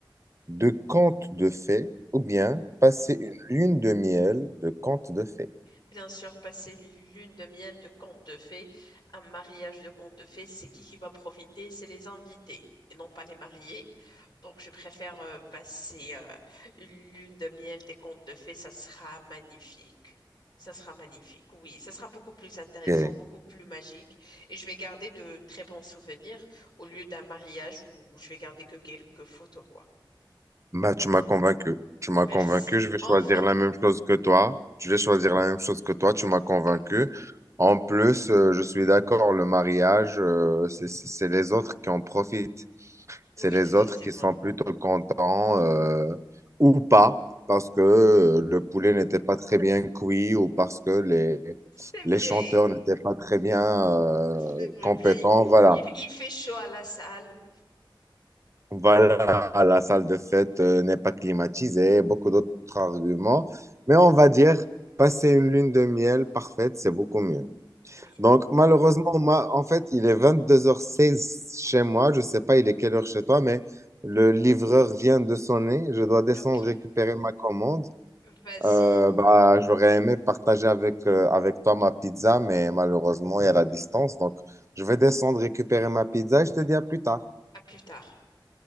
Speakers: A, on the right (about 35°); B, on the left (about 60°).
A: de conte de fées ou bien
B: Mhm.
A: passer une lune de miel de conte de fées?
B: Bien sûr, passer une lune de miel de conte de fées, un mariage de conte de fées, c'est qui qui va profiter? C'est les invités et non pas les mariés. Donc, je préfère euh, passer euh, une lune de miel des contes de fées. Ça sera magnifique. Ça sera magnifique, oui. Ça sera beaucoup plus intéressant,
A: Ok.
B: beaucoup plus magique. Et je vais garder de très bons souvenirs au lieu d'un mariage où je vais garder que quelques photos, quoi.
A: Bah, tu m'as convaincu. Tu m'as
B: Merci.
A: convaincu. Je vais
B: Enfin.
A: choisir la même chose que toi. Je vais choisir la même chose que toi. Tu m'as convaincu.
B: OK.
A: En plus, euh, je suis d'accord, le mariage, euh, c'est c'est- c'est les autres qui en profitent. C'est
B: Oui,
A: les
B: effectivement.
A: autres qui sont plutôt contents euh, ou pas parce que euh, le poulet n'était pas très bien cuit ou parce que les,
B: C'est
A: les
B: vrai.
A: chanteurs n'étaient pas très bien euh,
B: C'est vrai.
A: compétents.
B: Bien,
A: Voilà.
B: il, il fait chaud à la salle.
A: Voilà, la salle de fête euh, n'est pas climatisée, beaucoup d'autres arguments. Mais on va dire, passer une lune de miel parfaite, c'est beaucoup mieux.
B: Oui.
A: Donc, malheureusement, ma- en fait, il est 22h16 chez moi. Je sais pas il est quelle heure chez toi, mais le livreur vient de sonner. Je dois descendre
B: OK.
A: récupérer ma commande.
B: Vas-y.
A: Euh, bah, j'aurais aimé partager avec, euh, avec toi ma pizza, mais malheureusement, il y a la distance. Donc, je vais descendre récupérer ma pizza et je te dis à plus tard.
B: À plus tard.